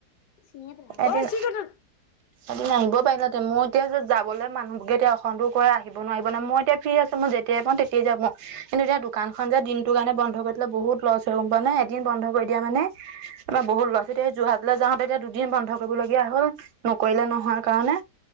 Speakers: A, on the left; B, on the right.
A: চিঙিয়ে পেলালে,
B: এদিন
A: ঐ চিগাট আন
B: এদিন আহিব পাৰিলাহঁতে মই এতিয়া তাৰপাছত যাবলে মানুহকে এতিয়া অসমতো কৈ আহিব নোৱাৰিব নহত মই এতিয়া ফ্ৰী আছোঁ মই যেতিয়াই পাওঁ তেতিয়াই যাব পা কিন্তু এতিয়া দোকানখন যে দিনটো কাৰণে বন্ধ কৰি থলে বহুত লছ হয় গম পোৱা নে এদিন বন্ধ কৰি দিয়া মানে আমাৰ বহুত ল'ৰা-ছোৱাতিয়ে যোৰহাটলে যাওঁতে তেতিয়া দুদিন বন্ধ কৰিবলগীয়া হ'ল। নকৰিলে নহয় কাৰণে